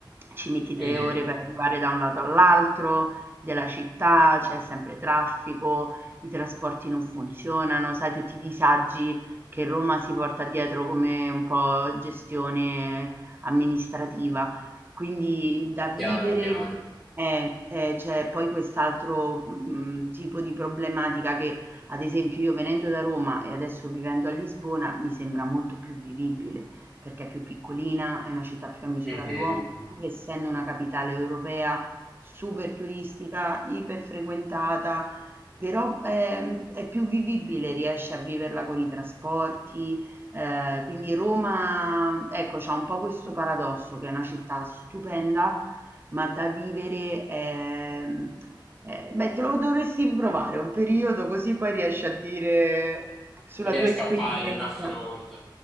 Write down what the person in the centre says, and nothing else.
mhm.
Chiaro, chiaro.
Mhm.
Se riesco
a fare il raffronto.